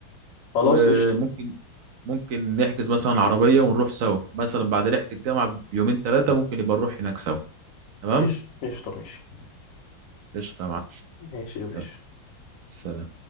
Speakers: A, on the left; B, on the right.
A: خلاص
B: وممكن
A: قشطة
B: ممكن نحجز مثلا عربية ونروح سوا مثلا بعد رحلة الجامعة بيومين ثلاثة ممكن يبقى نروح هناك سوا تمام
A: قشطة قشطة ماشي
B: قشطة يا معلم
A: ماشي يا باشا
B: يلا سلام